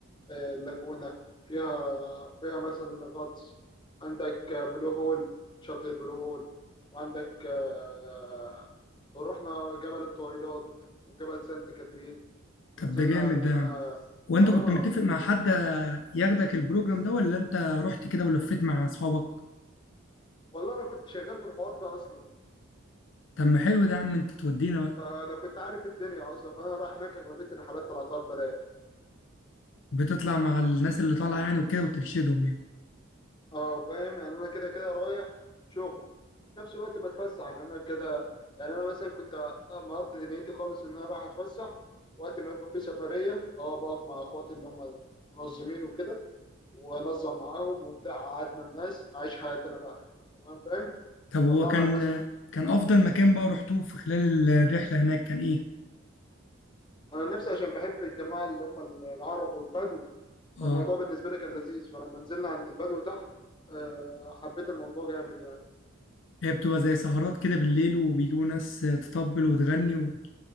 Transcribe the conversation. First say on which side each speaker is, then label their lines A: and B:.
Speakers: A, on the left; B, on the left.
A: آه، اللاجونة فيها فيها مثلا غطس عندك آه، بلو هول شاطئ بلو هول وعندك آه، ورحنا جبل الطويلات وجبل سانت كاترين ونزلنا
B: طب ده جامد
A: ركبنا
B: ده، يا عم. وانت
A: اه
B: كنت متفق
A: ون-
B: مع حد ياخدك البروجرام ده ولا انت رحت كده ولفيت مع اصحابك؟
A: والله انا كنت شغال في الحوار ده اصلا
B: طب ما حلو ده يا عم انت تودينا بقى،
A: فانا كنت عارف الدنيا اصلا فانا رايح هناك اغلبيه الرحلات طلعتها ببلاش
B: بتطلع مع الناس اللي طالعة يعني وكده وترشدهم يعني.
A: اه فاهم يعني انا كده كده رايح شغل في نفس الوقت بتفسح يعني انا كده يعني انا مثلا كنت آه، مقضي دنيتي خالص ان انا رايح اتفسح وقت ما يبقى في سفريه اه بقف مع اخواتي اللي هم المنظمين وكده وانظم معاهم وبتاع قعدنا الناس عايش حياتي انا بقى تمام فاهم
B: طب هو
A: طلعنا
B: كان
A: الناس
B: كان افضل مكان بقى رحتوه في خلال الرحله هناك كان ايه
A: انا نفسي عشان بحب الجماعه اللي هم العرب والبدو
B: اه
A: فالموضوع بالنسبه لي كان لذيذ فلما نزلنا عند البدو تحت آه، حبيت الموضوع جامد يعني
B: هي بتبقى زي سهرات كده بالليل وبيجيبوا ناس تطبل وتغني و...